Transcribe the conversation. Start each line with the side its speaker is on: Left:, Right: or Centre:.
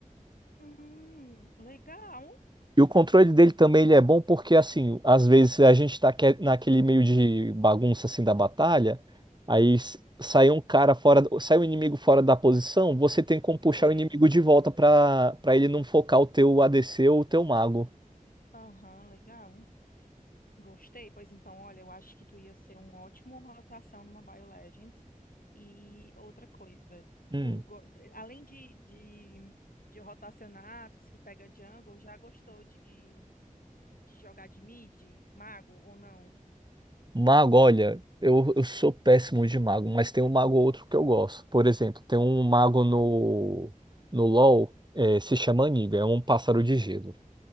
Left: Hum, legal.
Right: E o controle dele também ele é bom porque, assim, às vezes a gente tá que- naquele meio de bagunça, assim, da batalha, aí s- sai um cara fora, do- sai um inimigo fora da posição, você tem como puxar
Left: Sei.
Right: o inimigo de volta pra para ele não focar o teu ADC ou o teu mago.
Left: Aham, legal. Gostei, pois então, olha, eu acho que tu ia ser um ótimo rotação numa BioLegends. E outra coisa,
Right: Hum.
Left: tu go- além de, de, de rotacionar, tu disse que pega jungle, já gostou de, de jogar de mid, mago ou não?
Right: Mago, olha, eu, eu sou péssimo de mago, mas tem um mago ou outro que eu gosto. Por exemplo, tem um mago no, no LoL, eh, se chama Aniga, é um pássaro de gelo.